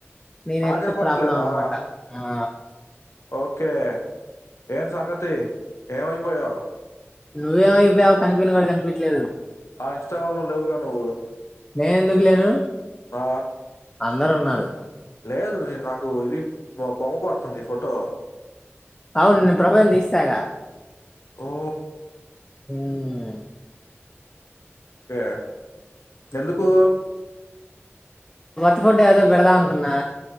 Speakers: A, on the left; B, on the left.
A: నీనెట్
B: నాది వినపడట్లేదా
A: ప్రాబ్లమనమాట ఆ
B: ఓకే ఏన్ సంగతి ఏమైపోయావు
A: నువ్వేమయిపోయావ్ కనిపిన్ గూడా కనిపి విట్లే
B: ఆ ఇన్స్టాగ్రామ్ లో లేవుగా నువ్వు
A: నేనెందుకు లేను
B: ఆ,
A: అందరు ఉన్నారు
B: లేదు నాకు ఇది బొమ్మ పడుతుంది ఫోటో
A: అవును నిన్న ప్రొఫైల్ దీసేసాగా
B: ఓ
A: ఉమ్
B: కే ఎందుకు
A: కొత్త ఫంట ఏదో పెడదాం అనుకున్నా